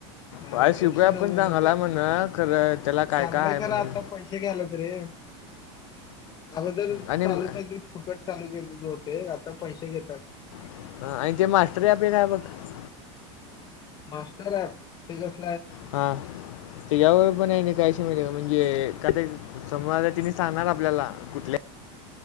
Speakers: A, on the left; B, on the left.
A: हा
B: बाय शिकूया
A: एकशे नव्याण्णवच
B: पण चांगाला
A: आहे
B: म्हण खरं त्याला काय
A: चांगलंय
B: काय आहे
A: खरं
B: म्हणून
A: आता पैसे घ्यायला तरी अगोदर
B: आणि म-
A: चालू केलतीत फुकट चालू केलतीत आता पैसे घेतात.
B: <unintelligible>
A: मास्टर आहेत ते कस -
B: हा त या व पण आहे कायशी मिळे - म्हणजे का ते समर आ ति सांगणार आपल्याला कुठल्या -